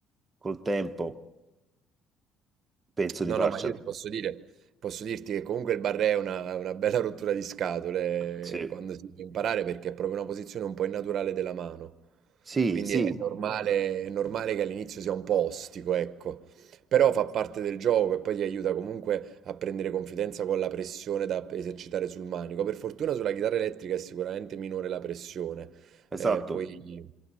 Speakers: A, on the right; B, on the right.
A: col tempo penso di
B: No,
A: farcela.
B: no, ma io ti posso dire, posso dirti che comunque il barré è una, una bella rottura di scatole
A: Sì,
B: quando si deve imparare perché è proprio una posizione un po' innaturale della mano.
A: sì,
B: Quindi
A: sì,
B: è normale, è normale che all'inizio sia un po' ostico, ecco. Però fa parte del gioco e poi ti aiuta comunque a prendere confidenza con la pressione da esercitare sul manico. Per fortuna sulla chitarra elettrica è sicuramente minore la pressione.
A: esatto.
B: Eh, poi